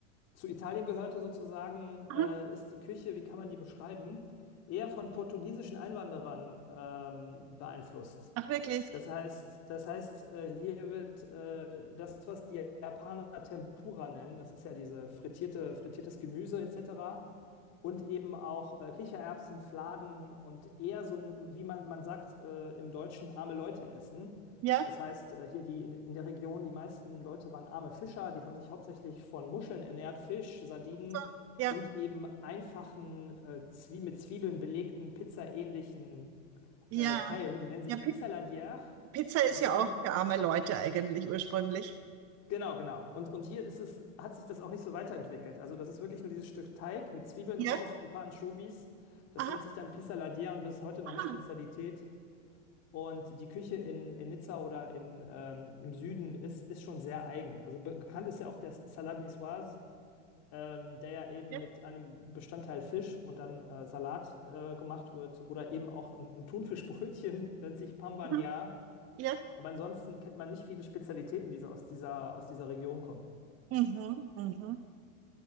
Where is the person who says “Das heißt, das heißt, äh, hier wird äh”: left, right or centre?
Left